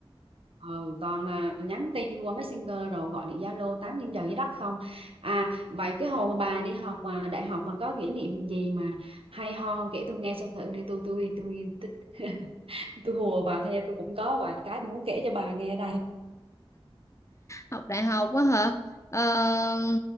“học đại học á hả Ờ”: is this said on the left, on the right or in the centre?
Left